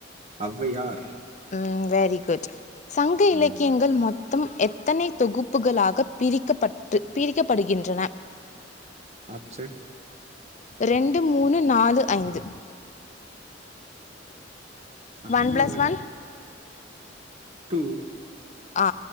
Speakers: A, on the right (about 35°); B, on the left (about 40°).
A: ஔவையார்
B: உம் வெரி குட் சங்க இலக்கியங்கள்
A: ம்
B: மொத் த்தம் எத்தனை தொகுப்புகளாக பிரிக்கப்பட்டு பிரிக்கப்படுகின்றன
A: ஆப்சன்
B: ரெண்டு மூணு நாலு ஐந்து
A: சங்க
B: ஒன் பிளஸ்
A: இல
B: ஒன்
A: டூ
B: ஆ